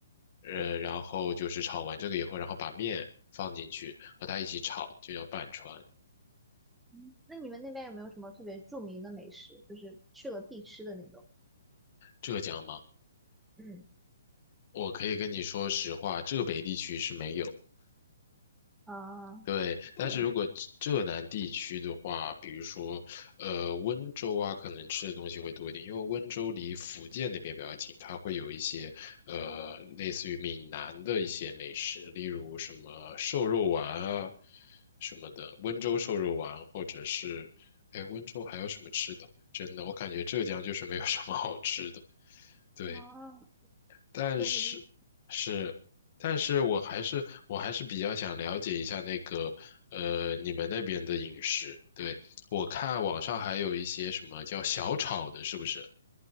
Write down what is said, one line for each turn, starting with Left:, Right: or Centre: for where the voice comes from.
Left: 呃，然后就是炒完这个以后，然后把面放进去，和它一起炒，就叫拌川。
Centre: 嗯那你们那边有没有什么特别著名的美食，就是去了必吃的那种？
Left: 浙江吗？
Centre: 嗯，
Left: 我可以跟你说实话，浙北地区是没有。
Centre: 啊，
Left: 对，但是如果浙南地区的话，
Centre: 那你，
Left: 比如说，呃，温州啊，可能吃的东西会多一点，因为温州离福建那边比较近，它会有一些，呃，类似于闽南的一些美食，例如什么瘦肉丸啊，什么的，温州瘦肉丸，或者是，哎，温州还有什么吃的？真的，我感觉浙江就是没有什么好吃的。对，
Centre: 啊。哦，
Left: 但是是，
Centre: 确实是
Left: 但是我还是我还是比较想了解一下那个呃你们那边的饮食。对，我看网上还有一些什么叫小炒的，是不是？